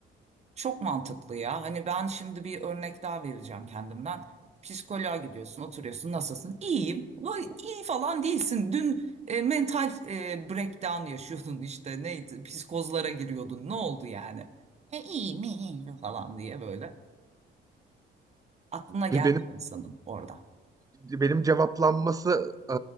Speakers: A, on the right; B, on the right.
A: Çok mantıklı ya. Hani ben şimdi bir örnek daha vereceğim kendimden. Psikoloğa gidiyorsun, oturuyorsun. Nasılsın? İyiyim. Vay, iyi falan değilsin. Dün e, mental e, breakdown yaşıyordun işte. Neydi? Psikozlara giriyordun. Ne oldu yani? E, iyi mi? falan diye böyle. Aklına gelmiyor
B: Bir Benim
A: insanın orada.
B: benim cevaplanması e,